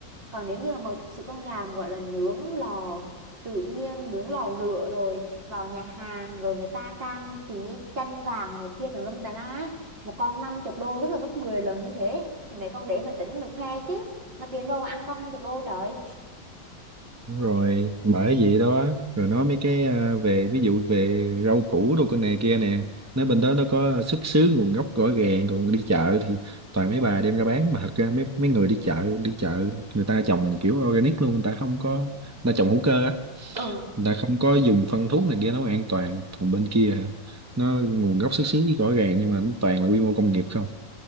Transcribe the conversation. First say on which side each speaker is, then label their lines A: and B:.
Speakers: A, on the right; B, on the right.
A: Còn nếu như mà thực sự con gà mà gọi là nướng lò tự nhiên, nướng lò lửa rồi vào nhà hàng rồi người ta trang trí chanh vàng này kia tùm lum tà lá một con năm chục đô tức là gấp 10 lần như thế thì mấy con để mà tính mà khoe chứ mà tiền đâu mà ăn con năm chục đô trời
B: Đúng rồi bởi vậy đó rồi nói mấy cái à, về ví dụ về rau củ đồ con này kia nè nói bên đó nó có xuất xứ nguồn gốc rõ ràng còn đi chợ thì toàn mấy bà đem ra bán mà thật ra mấy mấy người đi chợ đi chợ người ta trồng kiểu organic luôn người ta không có người ta trồng hữu cơ á
A: ừ
B: người ta không có dùng phân thuốc này kia nó an toàn còn bên kia hả, nó nguồn gốc xuất xứ rõ ràng nhưng mà nó toàn là quy mô công nghiệp không